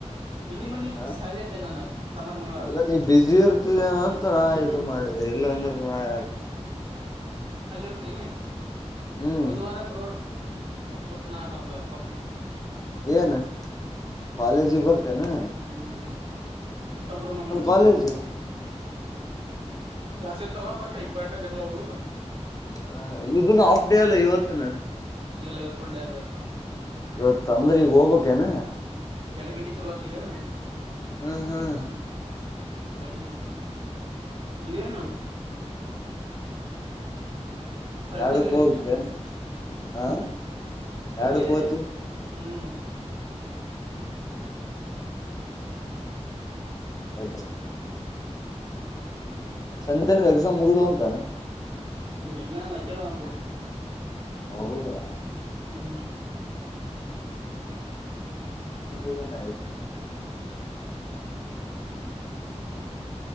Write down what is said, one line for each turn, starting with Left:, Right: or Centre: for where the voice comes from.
Right: ನಿನ್ನಿ ಮನೆಿ
Left: ಹ
Right: ಸಳೆ್ದೆ ನಾನು ಸಾಮಾರ್ ಮಂಗಳವಾರ
Left: ಅಲ್ಲ ನೀ ಬ್ಯುಸಿ ಇರ್ತಿದೇನ ಅಂತ ನಾ
Right: ಹ್ಮ್
Left: ಇದು ಮಾಡಿದೆ ಇಲ್ಲಾಂದ್ರ ನಾ ಹಾ
Right: ಹಾಲಿಿಯರತ್ನ
Left: ಹ್ಮ್
Right: ಬುಧವಾರ ಗು ಊರ್ನ ಬರ್ಬ ಬರ್
Left: ಏನ್ ಕಾಲೇಜಿಗೆ ಬರ್ತೆೇನಾ
Right: ಹ್ಮ್ ಹ್ಮ್ ಸಮ್ರ ಮಂಗಗಳ
Left: ಕಾಲೇಜ್
Right: ಜಸ್ತಿ ಇರ್ತಾವ ಬಟ್ ಇಂಪಾರ್ಟೆಂಟ್ ಇರ್ಲವು
Left: ಹ ಇದನ್ನು ಆಫ್ ಡೇ ಅಲ್ಲ ಇವತ್ತಿನ
Right: ಇಲ್ಲ ಇವತ್ತು ಫಲ್ ಡೇ ಆದ ಇವತ್ತು
Left: ಇವತ್ತು ಅಂದ್ರೆ ಈಗ ಹೋಗ್ಬಕ್ ಕನ
Right: ಎರಡು ಗಂಟೆ ಚಲೋತವ
Left: ಹ್ಮ್ ಹ್ಮ್
Right: ಯ ಇದೇನು ರ್ತಿದ್ದೇನೆ್ಮ
Left: ಎರಡಕ್ ಹೋಗ್ತೇನ್ ಹ
Right: ಹ್ಮ್
Left: ಎರಡಕ್
Right: ಇಲ್ಲಿ ಇದ್ದನೆ
Left: ಹೋತಿ
Right: ಹ್ಮ್
Left: ಒ ಸಂತನು. ಸ ಮುಗಿದ ಅಂತಾನ.
Right: ಎಂಗ ಕಚ್ಚಲ್ಲವಾ
Left: ಹೌದಾ
Right: ಹ್ಮ್
Left: ಹದ ಜನ
Right: ಹ್ಮ್ ಹ್ಮ್